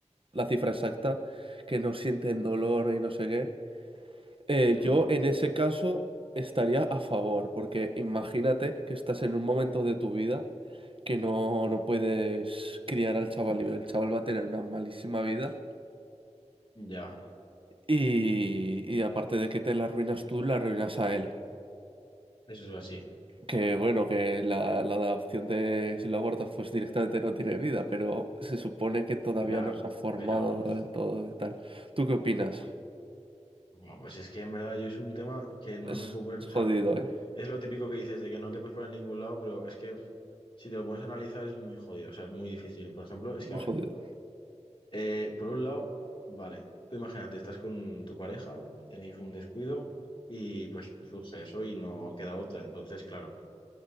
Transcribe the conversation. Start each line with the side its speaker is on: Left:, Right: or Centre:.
Right: la cifra exacta, que no sienten dolor y no sé qué. Eh,
Left: Mm,
Right: yo en ese caso estaría a favor, porque imagínate que estás en un momento de tu vida que no, no puedes criar al chaval y el chaval va a tener una malísima vida
Left: ya,
Right: y, y aparte de que te la arruinas tú, la arruinas a él.
Left: eso es así.
Right: Que bueno, que la, la adopción de si lo abortas pues directamente no tiene vida, pero se supone que todavía
Left: Ya,
Right: no se ha formado
Left: pero...
Right: del todo y tal. ¿Tú qué opinas?
Left: Bueno, pues es que en verdad yo es un tema que no
Right: Es,
Left: me puedo poner...
Right: es
Left: O
Right: jodido,
Left: sea,
Right: ¿eh?
Left: es lo típico que dices de que no te puedes poner en ningún lado, pero es que si te lo pones a analizar es muy jodido, o sea, es muy difícil. Por ejemplo, es
Right: Muy
Left: que, a ver.
Right: jodido.
Left: Eh, por un lado, vale, tú imagínate, estás con tu pareja, tenéis un descuido y pues surge eso y no queda otra. Entonces, claro,